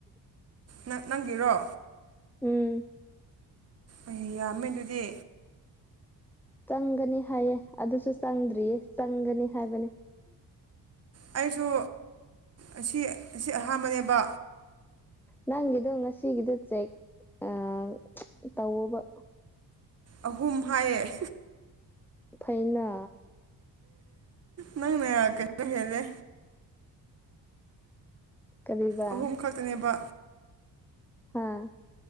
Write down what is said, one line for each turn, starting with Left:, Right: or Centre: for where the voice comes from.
Right: ꯅꯪ ꯅꯪꯒꯤꯔꯣ
Centre: ꯎꯝ
Right: ꯑꯩ ꯌꯥꯝꯃꯦ ꯑꯗꯨꯗꯤ
Centre: ꯆꯪꯒꯅꯤ ꯍꯥꯏꯌꯦ ꯑꯗꯨꯁꯨ ꯆꯪꯗ꯭ꯔꯤꯌꯦ ꯆꯪꯒꯅꯤ ꯍꯥꯏꯕꯅꯦ
Right: ꯑꯩꯁꯨ ꯑꯁꯤ ꯉꯁꯤ ꯑꯍꯥꯟꯕꯅꯦꯕ
Centre: ꯅꯪꯒꯤꯗꯣ ꯉꯁꯤꯒꯤꯗꯣ ꯆꯦꯛ ꯑꯥ ꯇꯧꯑꯣꯕ
Right: ꯑꯍꯨꯝ ꯍꯥꯏꯌꯦ
Centre: ꯐꯩꯅꯥ
Right: ꯅꯪꯅ ꯀꯩꯅꯣ ꯍꯦꯜꯂꯦ
Centre: ꯀꯔꯤꯕ
Right: ꯑꯍꯨꯝ ꯈꯛꯇꯅꯦꯕ
Centre: ꯍꯥꯥ